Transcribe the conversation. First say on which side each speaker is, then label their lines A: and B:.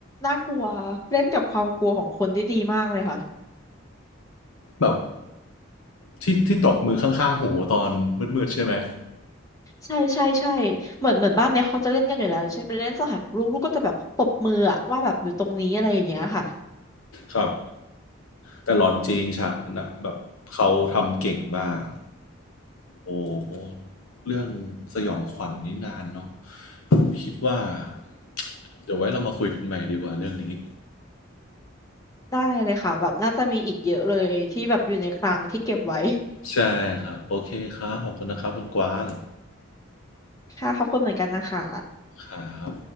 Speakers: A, on the left; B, on the left.
A: น่ากลัวเล่นกับความกลัวของคนได้ดีมากเลยค่ะ
B: แบบที่ที่ตบมือข้างๆหูตอนมืดๆใช่ไหม
A: ใช่ใช่ใช่เหมือนเหมือนบ้านเนี้ยเขาจะเล่นกันอยู่แล้วอย่างเช่นไปเล่นสหกบลูกลูกก็จะแบบปรบมืออะว่าแบบอยู่ตรงนี้อะไรอย่างเงี้ยค่ะ
B: ครับแต่หลอนจริงฉากนั้นน่ะแบบเขาทำเก่งมากโอ้โหเรื่องสยองขวัญนนี่นานเนาะผมคิดว่า <tsk> เดี๋ยวไว้เรามาคุยกันใหม่ดีกว่าเรื่องนี้
A: ได้เลยค่ะแบบน่าจะมีอีกเยอะเลยที่แบบอยู่ในคลังที่เก็บไว้
B: ใช่ครับโอเคครับขอบคุณนะครับคุณกวาง
A: ค่ะขอบคุณเหมือนกันนะคะ
B: ครับ